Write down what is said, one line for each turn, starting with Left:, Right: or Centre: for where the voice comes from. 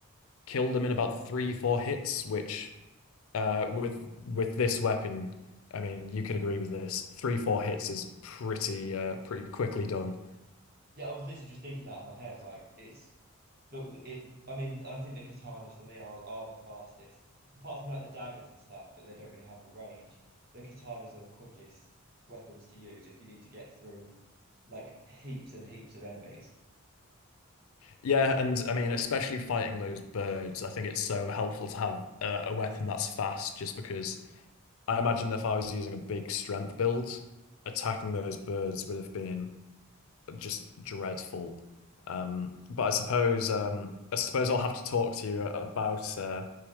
Left: kill them in about three, four hits, which uh, with with this weapon, I mean, you could agree with this. Three, four hits is pretty uh, pretty quickly done.
Right: Yeah, I was literally just thinking that in my head. Like it's look it I mean, I think the katanas for me are are the fastest. Apart from like the daggers and stuff, but they don't really have the range. The katanas are the quickest weapons to use if you need to get through like heaps and heaps of enemies.
Left: Yeah, and I mean, especially fighting those birds, I think it's so helpful to have uh, a weapon that's fast, just because I imagine if I was using a big strength build, attacking those birds would have been just dreadful. Um, but I suppose um, I suppose I'll have to talk to you about uh,